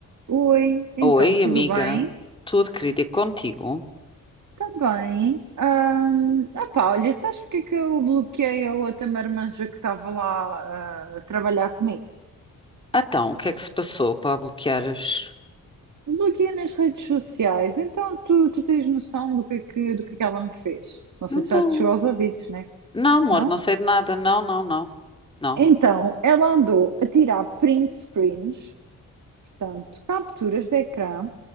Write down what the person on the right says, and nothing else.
Oi, então,
tudo
bem?
Também. Ahm, opá, olha, sabes porque é que eu bloqueei a outra marmanja que estava lá ah, a trabalhar comigo?
Bloqueei nas redes sociais, então tu, tu tens noção do que é que, do que é que ela me fez? Não
sei
se já te chegou aos ouvidos, né?
Não?
Então, ela andou a tirar print screens, portanto, capturas de ecrã,